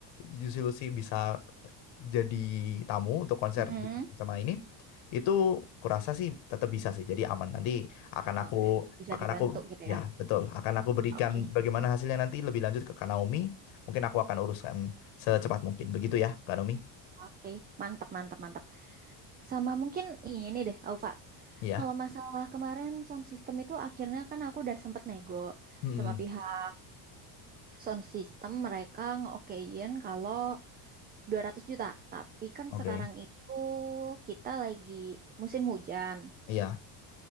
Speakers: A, on the left (about 65°); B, on the right (about 20°).
A: Juicy Lucy bisa jadi tamu untuk konser
B: mm-mm.
A: di sama ini itu kurasa sih tetap bisa sih jadi aman nanti akan aku
B: Oke, bisa
A: akan
B: dibantu
A: aku
B: gitu
A: ya
B: ya.
A: betul akan aku berikan
B: Oke,
A: bagaimana hasilnya nanti lebih lanjut ke Kak Naomi mungkin aku akan uruskan secepat mungkin begitu ya Kak Naomi
B: oke, mantap, mantap, mantap. Sama mungkin ini deh, Alfa.
A: ya
B: Kalau masalah kemarin sound system itu akhirnya kan aku udah sempet nego
A: Mm-mm.
B: sama pihak sound system mereka ngeokein kalau 200 juta. Tapi kan
A: oke
B: sekarang itu kita lagi musim hujan.
A: iya